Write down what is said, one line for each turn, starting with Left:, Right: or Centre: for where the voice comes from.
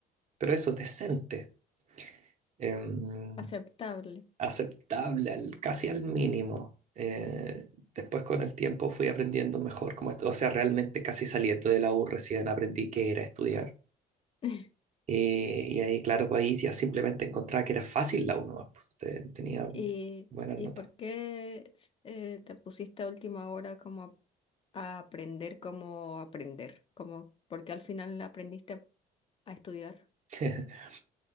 Right: pero eso, decente, em,
Left: Aceptable.
Right: aceptable, al- casi al mínimo. Eh, después con el tiempo fui aprendiendo mejor, como, o sea, realmente casi saliendo de la U recién aprendí qué era estudiar
Left: <laughs>
Right: Eh, y ahí, claro, pues ahí ya simplemente encontraba que era fácil la uno más, pues, te- tenía
Left: ¿Y,
Right: buenas
Left: y
Right: notas.
Left: por qué s- eh, te pusiste a última hora como a, a aprender cómo aprender? Como, ¿por qué al final aprendiste a, a estudiar?
Right: <laughs>